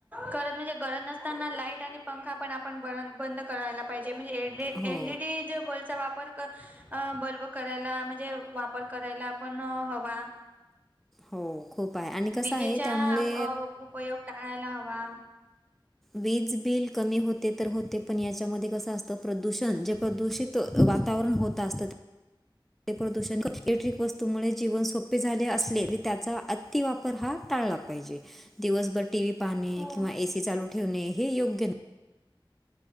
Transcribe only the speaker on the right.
कारण म्हणजे गरत नसताना लाईट आणि पंखा पण आपण ब बंद करायला पाहिजे म्हणजे
एलईडी ज बल्बचा वापर बल्ब करायला म्हणजे वा वापर करायला आपण हवा
विजेचा
उपयोग टाळायला हवा
हो